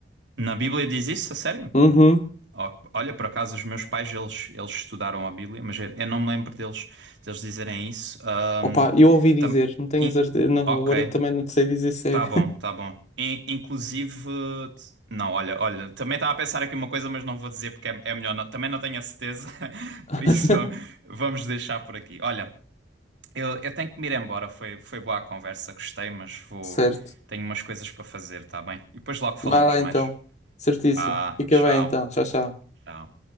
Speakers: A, on the right; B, on the left.
A: na Bíblia diz isso a sério
B: Uhum.
A: Ó, Olha, por acaso os meus pais eles, eles estudaram a Bíblia, mas eu, eu não me lembro deles deles dizerem isso. Ahm,
B: Opa, eu ouvi dizer,
A: tam-
B: não tenho
A: in-
B: certeza. Não,
A: Ok,
B: agora também não te sei dizer se
A: Tá
B: é.
A: bom, tá bom. In- inclusive. Não, olha, olha, também estava a pensar aqui uma coisa, mas não vou dizer porque é, é melhor. não- também não tenho a certeza, <laughs>
B: <laughs>
A: por isso vamos, vamos deixar por aqui. Olha, eu, eu tenho que me ir embora. Foi, foi boa a conversa, gostei, mas vou.
B: Certo.
A: Tenho umas coisas para fazer, tá bem? E depois logo falamos
B: Vai lá
A: mais.
B: então. Certíssimo.
A: Ah,
B: Fica
A: tchau,
B: bem então. Tchau, tchau.
A: tchau.